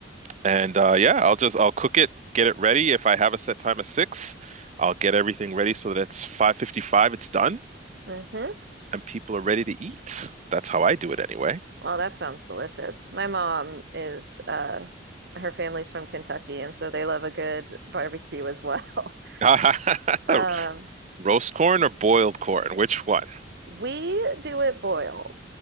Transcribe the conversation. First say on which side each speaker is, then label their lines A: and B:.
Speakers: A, on the right; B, on the right.
A: And uh, yeah, I'll just I'll cook it, get it ready. If I have a set time of six, I'll get everything ready so that it's 5:55, it's done,
B: hmm
A: and people are ready to eat. That's how I do it anyway.
B: Well, that sounds delicious. My mom is uh her family's from Kentucky, and so they love a good barbecue as well. <laughs>
A: <laughs>
B: Um,
A: Roast corn or boiled corn? Which one?
B: we do it boiled.